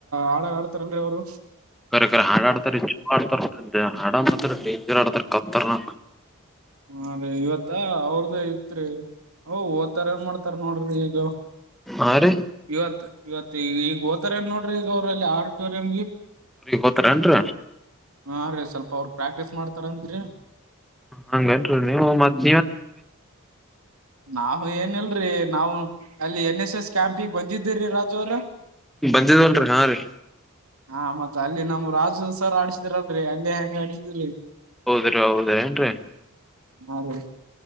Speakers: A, on the right; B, in the centre.
A: ಹಾಳಾಗ ಆಡ್ತಾರಲ್ರರಿ ಅವ್ರು
B: ಕರಕ ಹಾಡಾ ಆಡ್ತಾರೆ ಚೂ ಆಡ್ತಾರ ಹಾಡ ಡೇಂಜರ್ ಆಡ್ತಾರ ಕತ್ತರ್ನ
A: ಹಾ ರೀ ಇವತ್ತ ಅವ್ರದ ಇತ್ರಿ ಅ ಓದ್ತಾರ ಏನ್ ಮಾಡ್ತಾರ ನೋಡ್ರಿ ಈಗ
B: ಹಾ ರೀ
A: ಇವತ್ ಇವತ್ ಈಗ ಈಗ ಹೋತಾರ ಏನ್ ನೋಡ್ರಿ ಈಗ ಅವ್ರಲ್ಲಿ ಆಡಿಟೋರಿಯಂ
B: ಊಗ್ ಹೋತಾರ ಅನ್ರ
A: ಹಾ ರೀ ಸ್ವಲ್ಪ ಅವ್ರ ಪ್ರಾಕ್ಟೀಸ್ ಮಾಡ್ತಾರನ್ರಿ
B: ಹಂಗೇನ್ರಿ ನೀವು ಮತ್
A: ನಾವ ಏನಲ್ರಿ ನಾವವು ಅಲ್ಲಿ ಎನ್ ಎಸ್ ಎಸ್ ಕ್ಯಾಂಪಿಗೆ ಬಂದಿದ್ದೀರಿಿ ರಾಜು ಅವ್ರ
B: ಬಂದಿದ್ವಲ್ರರಿ ಹಾ ರೀ
A: ಹಾ ಮತ್ತತ್ ಅಲ್ಲಿ ನಮ್ ರಾಜು ಸರ್ ಆಡ್ಸಿದ್ರಲ್ ಅಲ್ಲೇ ಹೆಂಗ ಆಡ್ಸಿದ್ರಿ
B: ಹೌದ್ರೀ ಹೌದ ಏನ್ರೀ
A: ಹಾ ರಿ